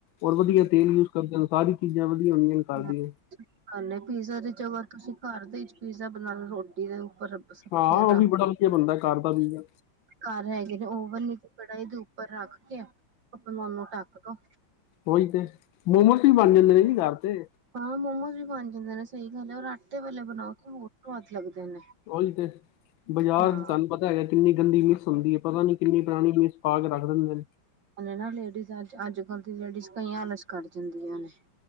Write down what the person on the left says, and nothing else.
ਔਰ ਵਧੀਆ ਤੇਲ ਯੂਜ। ਤਦ ਸਾਰੀ ਚੀਜ਼ਾਂ ਵਧੀਆ ਹੋੰਦੀਆਂ ਨੇ। ਘਰ
ਦੀਆਂ
ਹਾਂ ਓਹ
ਵੀ ਬੜਾ ਵਧੀਆ ਬੰਣਦੈ ਘੱਰ ਦਾ ਵੀ ਆ।
ਓਹੀ ਤੇ ਮੋਮੋਸ ਵੀ ਬਣ ਜਾਂਦੇ ਨੇ ਜੀ ਘਾਰ ਤੇ।
ਓਹੀ ਤੇ ਬਾਜ਼ਾਰ
ਤੁਹਾਨੂੰ ਪਤਾ ਹੈਗਾ ਕਿੰਨੀ ਗੰਦੀ ਵੀ ਹੁੰਦੀ ਹੈ ਪਤਾ ਨੀ ਕਿੰਨੀੇ ਪੁਰਾਣੀ ਚੀਜ਼ ਪਾ ਕੇ ਰੱਖ ਦੇਂਦੇ ਨੇ।